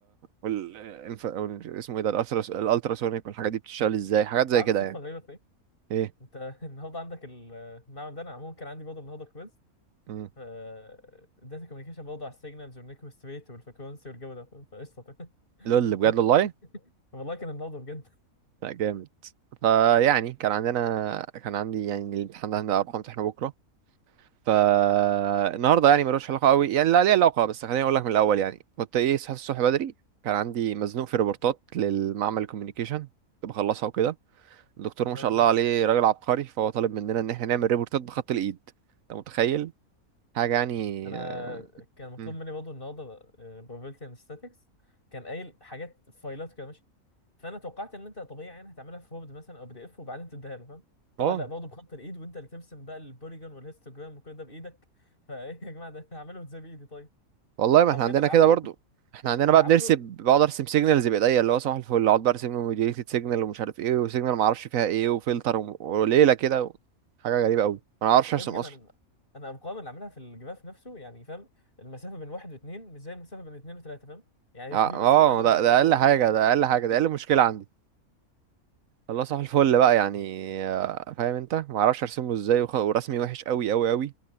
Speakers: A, on the right; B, on the left.
A: وال الانف- وال- اسمه ايه ده الالترا الالتراسونيك والحاجات دي بتشتغل ازاي حاجات
B: انت
A: زي
B: عارف
A: كده
B: الصدفه
A: يعني
B: الغريبه في ايه؟
A: ايه
B: انت <laughs> النهارده عندك المعمل ده انا عموما كان عندي برضه النهارده كويز
A: مم.
B: ف داتا كوميونيكيشن برضه على السيجنالز والنيكوست ريت والفريكونسي والجو ده فقشطه تمام
A: لول
B: <laughs>
A: بجد
B: كان-
A: والله
B: والله كان النهارده بجد
A: لا جامد فيعني كان عندنا كان عندي يعني الامتحان ده هنبقى اروح امتحانه بكرة فالنهارده يعني ملوش علاقه قوي يعني لا ليه علاقه بس خليني اقول لك من الاول يعني كنت ايه صحيت الصبح بدري كان عندي مزنوق في ريبورتات للمعمل الكوميونيكيشن كنت بخلصها وكده الدكتور ما
B: لا
A: شاء
B: تمام
A: الله عليه راجل عبقري فهو طالب مننا ان احنا نعمل ريبورتات بخط الايد انت متخيل حاجه يعني
B: انا
A: اه
B: كان مطلوب
A: مم.
B: مني برضه النهارده probability and statistics كان قايل حاجات فايلات كده ماشي فانا توقعت ان انت طبيعي يعني هتعملها في وورد مثلا او بي دي اف وبعدين تديها له فاهم طلع
A: آه،
B: لا برضه بخط الايد وانت اللي ترسم بقى البوليجون والهيستوجرام وكل ده بايدك <laughs> فايه يا جماعه ده هعمله ازاي بايدي طيب
A: والله
B: حرفيا
A: ما احنا عندنا
B: انا عامله
A: كده برضو احنا عندنا
B: انا
A: بقى
B: عامله
A: بنرسم بقعد ارسم سيجنالز بايديا اللي هو صباح الفل اقعد بقى ارسم له موديليتد سيجنال ومش عارف ايه وسيجنال ما اعرفش فيها ايه وفلتر وم- وليله كده حاجه غريبه قوي انا ما اعرفش ارسم
B: ايه بجد
A: اصلا
B: انا انا الارقام اللي عاملها في الجراف نفسه يعني فاهم المسافه بين واحد واثنين مش زي المسافه بين اثنين وثلاثه فاهم يعني
A: اه
B: <laughs> في
A: آه،
B: مسافه اكبر من
A: ده
B: مسافه
A: ده اقل
B: واصغر
A: حاجه ده اقل حاجه
B: <laughs>
A: ده اقل مشكله عندي الله صح الفل بقى يعني آه، فاهم انت ما اعرفش ارسم له ازاي وخ- ورسمي وحش قوي قوي قوي